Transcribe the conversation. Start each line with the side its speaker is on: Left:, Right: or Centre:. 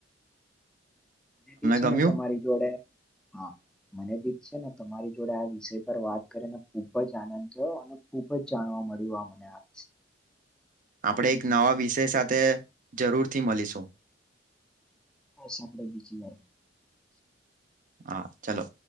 Centre: મને બી છે
Right: ગમ્યું
Centre: ને તમારી જોડે હા મને બી છે ને તમારી જોડે આ વિષય વાત કરીને ખુબ જ આનંદ થયો. અને ખુબ જ જાણવા મળ્યું આ મને આ
Right: આપણે એક નવા વિષય સાથે જરૂરથી મલીશું.
Centre: આપડે બીજી વાર
Right: હા ચાલો.